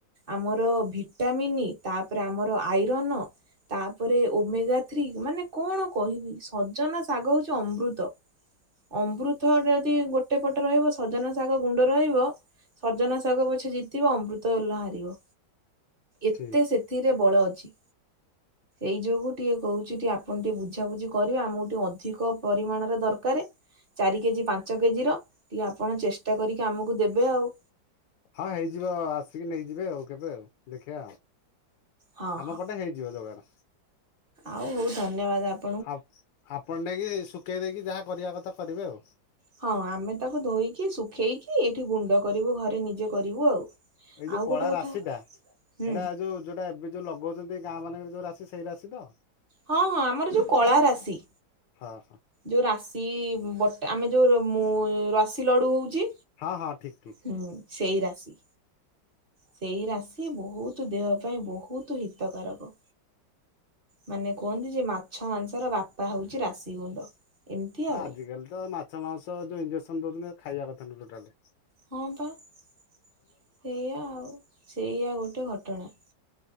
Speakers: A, on the right (about 35°); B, on the left (about 80°).
A: ଆମର ଭିଟାମିନ୍ ତାପରେ ଆମର ଆଇରନ୍ ତାପରେ ଓମେଗା ଥ୍ରୀ। ମାନେ କଣ କହିବି ସଜନା ଶାଗ ହଉଛି ଅମୃତ। ଅମୃତ ଯଦି ଗୋଟେ ପଟେ ରହିବ ସଜନା ଶାଗ ଗୁଣ୍ଡ ରହିବ ସଜନା ଶାଗ ପଛେ ଜିତିବ ଅମୃତ ହେଲା ହାରିବ। ଏତେ
B: ଠିକ
A: ସେ ଥିରେ ବଳ ଅଛି। ଏଇ ଯୋଗୁଁ ଟିକେ କହୁଛି ଟିକେ ଆପଣ ଟିକେ ବୁଝାବୁଝି କରିବେ ଆମକୁ ଟିକେ ଅଧିକ ପରିମାଣର ଦରକାର। ଚାରି କେଜି ପାଞ୍ଚ କେଜିର ଟିକେ ଆପଣ ଚେଷ୍ଟା କରିକି ଆମକୁ ଦେବେ ଆଉ।
B: ହଁ ହେଇଯିବ ଆଉ ଆସିକି ନେଇଯିବେ ଆଉ କେବେ ଆଉ ଦେଖିବା ଆଉ।
A: ହଁ
B: ଆମ
A: ହଁ।
B: ପଟେ ହେଇଯିବ ଯୋଗାଡ଼।
A: ଆଉ ହଉ ଧନ୍ୟବାଦ ଆପ
B: ଆ ଆପଣ ନେଇକି ଶୁଖେଇ ଦେଇକି ଯାହା କରିବା କଥା କରିବେ ଆଉ।
A: ହଁ ଆମେ ତାକୁ ଧୋଇକି ଶୁଖେଇକି ଏଠି ଗୁଣ୍ଡ କରିବୁ ଘରେ ନିଜେ କରିବୁ ଆଉ।
B: ଏଇ ଯୋଉ
A: ଆଉ
B: କଳା
A: ଗୋଟେ କଥା
B: ରାଶି ଟା
A: ହୁଁ
B: ହେଇଟା ଯୋଉ ଯୋଉଟା ଏବେ ଯୋଉ ଲଗଉଛନ୍ତି ଗାଁ ମାନଙ୍କରେ ଯୋଉ ରାଶି ସେଇ ରାଶି ତ?
A: ହଁ ହଁ ଆମର ଯୋଉ କଳା ରାଶି।
B: ହଁ ହଁ।
A: ଯେଉ ରାଶି ବଟା ଆମେ ଯୋଉ ମୋ ରଶି ଲଡ଼ୁ ହଉଛି।
B: ହଁ ହଁ ଠିକ୍ ଠିକ୍।
A: ହୁଁ ସେଇ ରାଶି। ସେଇ ରାଶି ବହୁତ ଦେହ ପାଇଁ ବହୁତ ହିତକାରକ। ମାନେ କୁହନ୍ତି ଯେ ମାଛ ମାଂସର ବାପା ହଉଛି ରାଶି ଗୁଣ୍ଡ। ଏମିତି
B: ହଁ
A: ଆଉ
B: ଆଜିକାଲି ତ ମାଛ ମାଂସ ଯୋଉ ଇଜେକ୍ସନ ଦଉଛନ୍ତି, ଖାଇବା କଥା ନୁହ ଟୋଟାଲ।
A: ହଁ ପା ସେଇଆ ଆଉ ସେଇଆ ଗୋଟେ ଘଟଣା।